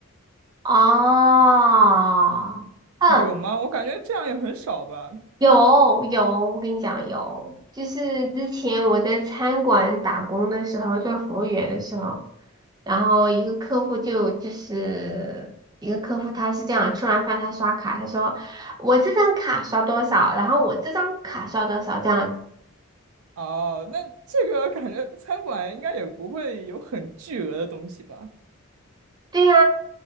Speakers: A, on the right (about 20°); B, on the right (about 80°).
A: 啊，嗯，
B: 有吗？我感觉这样也很少吧。
A: 有有，我跟你讲有，就是之前我在餐馆打工的时候，做服务员的时候，然后一个客户就就是一个客户他是这样，吃完饭他刷卡，他说。我这张卡刷多少，然后我这张卡刷多少这样
B: 哦，那这个感觉餐馆应该也不会有很巨额的东西吧？
A: 对呀，